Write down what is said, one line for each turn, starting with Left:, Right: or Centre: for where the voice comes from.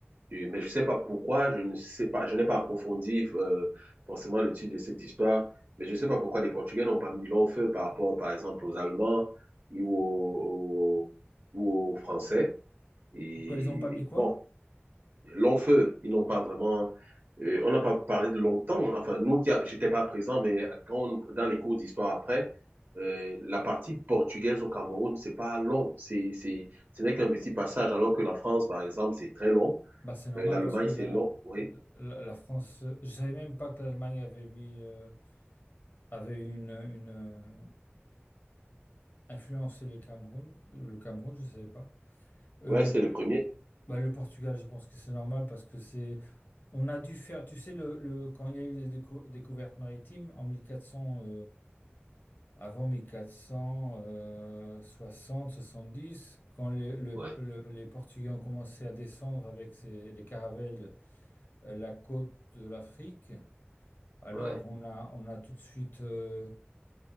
Right: Et- mais je ne sais pas pourquoi, je ne sais pas, je n'ai pas approfondi euh, forcément le titre de cette histoire, mais je ne sais pas pourquoi les Portugais n'ont pas mis long feu par rapport, par exemple, aux Allemands ou aux, aux- ou aux Français. Et
Left: pourquoi ils n'ont pas mis quoi?
Right: bon, long feu, ils n'ont pas vraiment. euh, on n'a pas parlé de longtemps. Enfin, nous, qui a- j'étais pas présent, mais quand on- dans les cours d'histoire après, euh, la partie portugaise au Cameroun, c'est pas long. C'est, c'est, ce n'est qu'un petit passage, alors que la France, par exemple, c'est très long.
Left: Bah, c'est normal
Right: Euh, L'Allemagne,
Left: parce que la,
Right: c'est long, oui.
Left: la, la France. Je savais même pas que l'Allemagne avait mis euh, avait une, une euh, influencé les Cameroun. Le Cameroun, je savais pas. Euh,
Right: Ouais,
Left: le,
Right: c'est le premier.
Left: bah, le Portugal, je pense que c'est normal parce que c'est. On a dû faire. Tu sais, le, le- quand il y a eu les décou- découvertes maritimes en 1400. Avant 1460, 70, quand les, le-
Right: Ouais,
Left: le- les Portugais ont commencé à descendre avec ces- les caravelles euh, la côte de l'Afrique, alors
Right: ouais,
Left: on a, on a tout de suite, euh,